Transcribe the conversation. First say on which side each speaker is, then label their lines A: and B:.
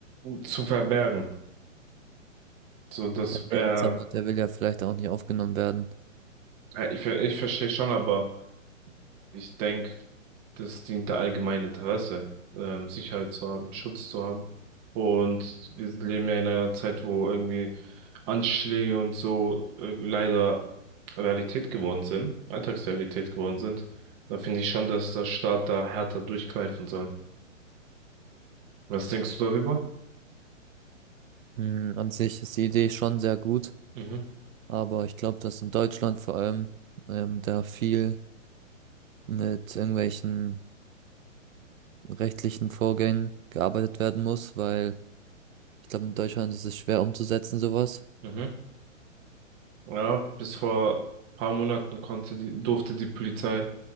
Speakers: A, on the right; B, on the right.
A: zu verbergen? So, dass
B: Ja,
A: er,
B: nichts, aber der will ja vielleicht auch nicht aufgenommen werden.
A: ich, ver- ich verstehe schon, aber Ich denke, das dient der allgemeinen Interesse, ähm, Sicherheit zu haben, Schutz zu haben. Und wir leben ja in einer Zeit, wo irgendwie Anschläge und so äh, leider Realität geworden sind, Alltagsrealität geworden sind. Da finde ich schon, dass der Staat da härter durchgreifen soll. Was denkst du darüber?
B: Hm, an sich ist die Idee schon sehr gut,
A: Mhm,
B: aber ich glaube, dass in Deutschland vor allem ähm, da viel mit irgendwelchen rechtlichen Vorgängen gearbeitet werden muss, weil ich glaube, in Deutschland ist es schwer umzusetzen, sowas.
A: mhm. Ja, bis vor paar Monaten konnte die, durfte die Polizei